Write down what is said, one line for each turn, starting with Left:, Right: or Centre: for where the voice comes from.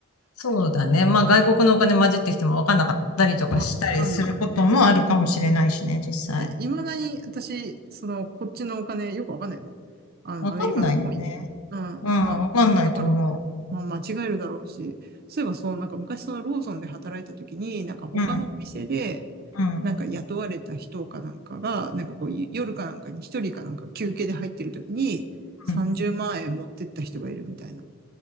Left: そうだね。まあ、外国のお金混じってきても分かんなかったりとかしたりすることもあるかもしれないしね、
Right: わかんないね。
Left: 実際。
Right: で、いまだに私、その、こっちのお金よくわかんないもん。あの、
Left: 分かんないよね。
Right: アメリカのコイン。うん。
Left: うん、分かんないと思
Right: まあ、だから、まあ、間違えるだろうし、そういえばそう、なんか昔そのローソンで働いた時に、なんか他のお店で、
Left: う。うん、うん、
Right: なんか雇われた人かなんかが、なんかこう、夜かなんかに一人かなんか休憩で入ってる時に、30万円持ってった人がいるみたいな。
Left: うん。